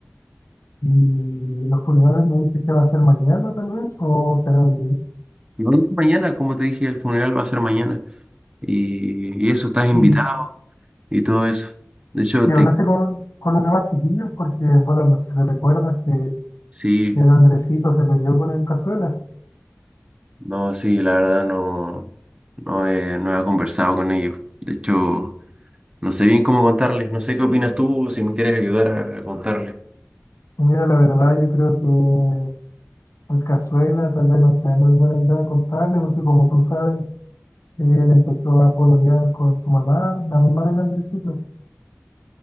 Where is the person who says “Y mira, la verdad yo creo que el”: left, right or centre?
Left